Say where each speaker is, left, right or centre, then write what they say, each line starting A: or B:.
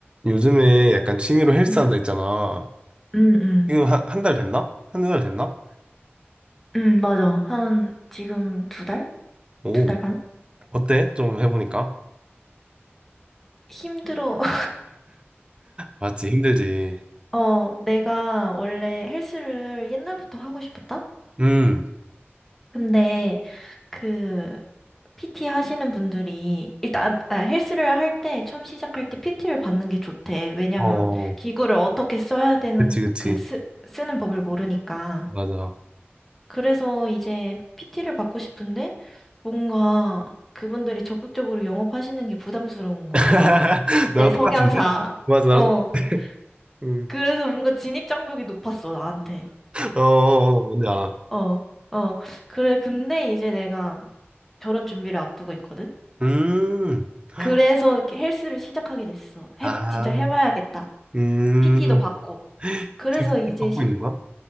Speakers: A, on the right (about 25°); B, in the centre.
A: 요즘에 약간 취미로 헬스
B: 응,
A: 한다 했잖아.
B: 응, 응.
A: 지금 한, 한 달 됐나? 한두 달 됐나?
B: 응, 맞아. 한, 지금 두 달?
A: 오,
B: 두 달 반?
A: 어때? 좀 해보니까.
B: 힘들어. <laughs>
A: 맞지, 힘들지.
B: 어, 내가 원래 헬스를 옛날부터 하고 싶었다?
A: 음,
B: 근데, 그, PT 하시는 분들이, 일단, 아, 헬스를 할 때, 처음 시작할 때 PT를 받는 게 좋대. 왜냐면,
A: 어,
B: 기구를 어떻게 써야 되는,
A: 그치, 그치.
B: 그, 쓰, 쓰는 법을 모르니까.
A: 맞아.
B: 그래서 이제 PT를 받고 싶은데 뭔가 그분들이 적극적으로 영업하시는 게 부담스러운 거야.
A: <laughs> 나랑
B: 내 성향상.
A: 똑같은데? 맞아, 나랑
B: 어,
A: 똑같,
B: 그-
A: 음.
B: 그래서 뭔가 진입 장벽이 높았어, 나한테.
A: 어, 어, 어, 어, 뭔지 알아.
B: 어, 어. 그래, 근데 이제 내가 결혼 준비를 앞두고 있거든?
A: 음, <gasps>
B: 그래서 이렇게 헬스를 시작하게 됐어. 해봐,
A: 아,
B: 진짜 해봐야겠다.
A: 음,
B: PT도 받고. 그래서
A: 지금
B: 이제
A: PT 받고
B: 시,
A: 있는 거야?